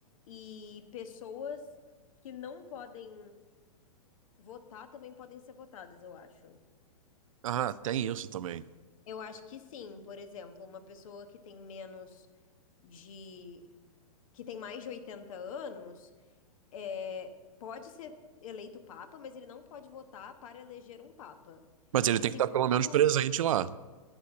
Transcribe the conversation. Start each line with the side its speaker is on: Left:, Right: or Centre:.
Left: e pessoas que não podem votar também podem ser votadas, eu acho.
Right: Ah, tem isso também.
Left: Eu acho que sim, por exemplo, uma pessoa que tem menos de, que tem mais de 80 anos, é, pode ser eleito papa, mas ele não pode votar para eleger um papa.
Right: Mas ele
Left: E
Right: tem
Left: segundo,
Right: que estar pelo menos presente lá.